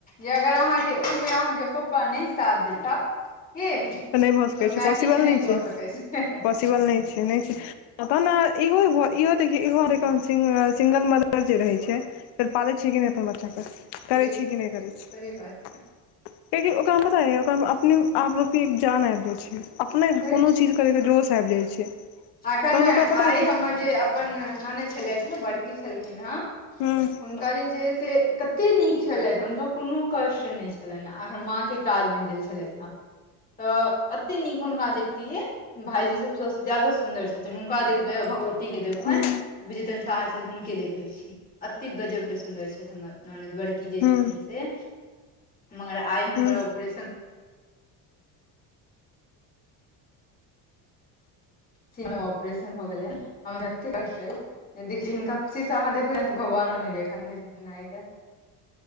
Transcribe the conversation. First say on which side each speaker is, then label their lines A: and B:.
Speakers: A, on the left; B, on the left.
A: जे अगर अहाँकेँ ओहिमे अहाँकेँ पप्पा नहि साथ देता की
B: तऽ न नइ भऽ सकै
A: माय
B: छै पॉसिबल
A: किछु नहि
B: नइ
A: कऽ
B: छै
A: सकै छै
B: पॉसिबल नइ छै नइ छै तह ने इहो इहो देखियौ इहो हरि सिंगल मदर जे रहै छै फेर पालै छै कि नइ अपन बच्चाके करै
A: बिलकुल
B: छी कि नइ करै छै
A: सही बात
B: कियाकि ओकरा पता ये ओकरा में अपने आपरूपी एक जान आइब जाई छै अपने
A: छै
B: कोनो चीज करैके जोश आइब जाइ छै तहन
A: एखन
B: ओकरा पता
A: आइ हमर जे अपन ननदि छलथि हँ बड़की छलखिन हेँ
B: हूँ
A: हुनका जे छै से कत्ते नीक छलथि हुनका कोनो कष्ट नइ छलनि एखन मांके काजमें गेल छलथि हन तऽ एतेक नीक हुनका देखतियै भाईजी सबसँ ज्यादा सुन्दर छथिन हुनका देखबे भगवती के देखबनि
B: हूँ
A: बुझेतन साहछत हुनके देखे छी अते गजब के सुन्दर छै हमर ननइद बड़की
B: हूँ
A: जे छथिन से मगर आइ हुनकर
B: हूँ
A: ऑपरेशन सीमे ऑपरेशन भऽ गेलै हमर कतेक कष्ट अहि जिनका खुशी से अहाँ देखबै ने तऽ भगवानो ने देखा है नका